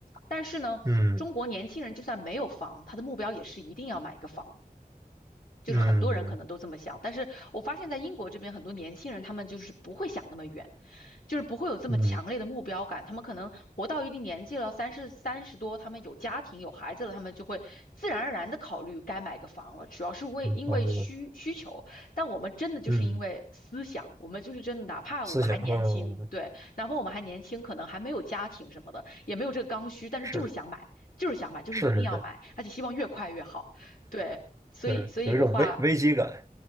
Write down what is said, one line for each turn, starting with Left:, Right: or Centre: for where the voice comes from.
Left: 但是呢，
Right: 嗯
Left: 中国年轻人就算没有房，他的目标也是一定要买一个房。就是很多人可能都这么想，
Right: 嗯
Left: 但是我发现在英国这边很多年轻人，他们就是不会想那么远，就是不会有这么强烈的目标感。
Right: 嗯，
Left: 他们可能活到一定年纪了，三十三十多，他们有家庭有孩子了，他们就会自然而然的考虑该买个房了，主要是为因为需需求。
Right: 房子，
Left: 但我们真的就是因为思想，
Right: 嗯，
Left: 我们就是真的，哪怕我们还年轻，
Right: 思想，嗯，
Left: 对，哪怕我们还年轻，可能还没有家庭什么的，也没有这个刚需，但是就是想买，
Right: 是
Left: 就是想买，就是一定要买，
Right: 是是是，
Left: 而且希望越快越好。对，所以，
Right: 是有一种危危机感，
Left: 所以的话，